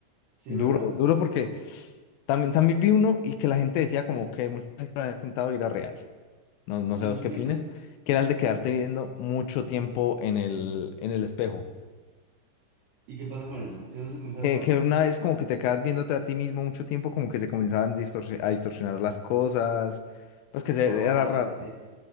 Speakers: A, on the right; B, on the left.
A: sí,
B: Duro,
A: verdad,
B: duro porque también, también vi uno y que la gente decía como que mucha gente había intentado ir a real. no, no
A: que
B: sé
A: mucha
B: vos qué
A: gente...
B: opines, que era el de quedarte viendo mucho tiempo en el, en el espejo.
A: ¿Y qué pasa con eso? ¿Que no se comienza a
B: Que,
A: ver raro?
B: que una vez como que te quedas viéndote a ti mismo mucho tiempo, como que se comenzaban distorsi- a distorsionar las cosas, pues que se,
A: Ah,
B: era raro,
A: ok.